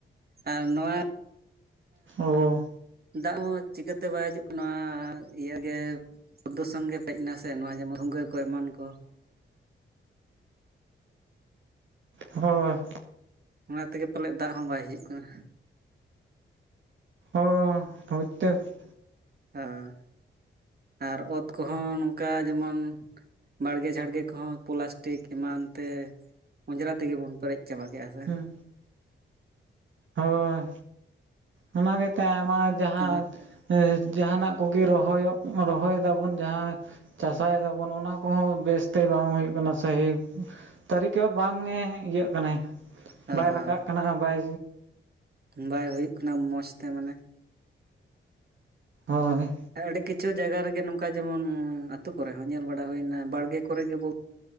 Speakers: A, on the right (about 50°); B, on the right (about 70°).
A: ᱟᱨ ᱱᱚᱣᱟ
B: ᱳ
A: ᱫᱟᱜ ᱦᱚᱸ ᱪᱤᱠᱟᱹᱛᱮ ᱵᱟᱭ ᱦᱤᱡᱩᱜ ᱠᱟᱱᱟ ᱤᱭᱟᱹ ᱜᱮ <unintelligible> ᱜᱮ ᱯᱮᱡ ᱮᱱᱟ ᱥᱮ ᱱᱚᱣᱟ ᱡᱮᱢᱚᱱ ᱵᱷᱩᱝᱜᱟᱹ ᱠᱚ ᱮᱢᱟᱱ ᱠᱚ
B: ᱦᱳᱭ
A: ᱚᱱᱟ ᱛᱮᱜᱮ ᱯᱟᱞᱮᱫ ᱫᱟᱜ ᱦᱚᱸ ᱵᱟᱭ ᱦᱤᱡᱩᱜ ᱠᱟᱱᱟ
B: ᱚ ᱦᱚᱭᱛᱚ <unintelligible>
A: ᱦᱮᱸ ᱟᱨ ᱚᱛ ᱠᱚᱦᱚᱸ ᱱᱚᱝᱠᱟ ᱡᱮᱢᱚᱱ ᱵᱟᱲᱜᱮ ᱡᱷᱟᱲᱜᱮ ᱠᱚᱦᱚᱸ ᱯᱞᱟᱥᱴᱤᱠ ᱮᱢᱟᱱ ᱛᱮ ᱚᱸᱡᱽᱨᱟ ᱛᱮᱜᱮ ᱵᱚᱱ ᱯᱮᱨᱮᱡ ᱪᱟᱵᱟ ᱠᱮᱫᱼᱟ ᱦᱮᱥᱮ
B: ᱦᱮᱸ ᱦᱳᱭ ᱚᱱᱟ ᱜᱤᱛᱟᱭ ᱟᱭᱢᱟ ᱡᱟᱦᱟᱸ
A: ᱟᱫᱚ
B: ᱡᱟᱦᱟᱱᱟᱜ ᱠᱚᱜᱮ ᱨᱚᱦᱚᱭᱚᱜ ᱨᱚᱦᱚᱭ ᱫᱟᱵᱚᱱ ᱡᱟᱦᱟᱸ ᱪᱟᱥᱟᱭ ᱫᱟᱵᱚᱱ ᱚᱱᱟ ᱠᱚᱦᱚᱸ ᱵᱮᱥᱛᱮ ᱵᱟᱝ ᱦᱩᱭᱩᱜ ᱠᱟᱱᱟ ᱥᱟᱦᱤ ᱛᱟᱹᱨᱤᱠᱟ ᱵᱟᱝᱮ ᱤᱭᱟᱹᱜ ᱠᱟᱱᱟᱭ
A: ᱦᱳᱭ
B: ᱵᱟᱭ ᱨᱟᱠᱟᱵ ᱠᱟᱱᱟ ᱵᱟᱭ
A: ᱵᱟᱭ ᱦᱩᱭᱩᱜ ᱠᱟᱱᱟ ᱢᱚᱸᱡᱽ ᱛᱮ ᱢᱟᱱᱮ
B: ᱦᱳᱭ
A: ᱟᱹᱰᱤ ᱠᱤᱪᱷᱩ ᱡᱟᱭᱜᱟ ᱨᱮᱜᱮ ᱱᱚᱝᱠᱟ ᱡᱮᱢᱚᱱ ᱟ ᱟᱹᱛᱩᱳ ᱠᱚᱨᱮ ᱦᱚᱸ ᱧᱮᱞ ᱵᱟᱲᱟ ᱦᱩᱭᱱᱟ ᱵᱟᱲᱜᱮ ᱠᱚᱨᱮ ᱜᱮᱵᱚ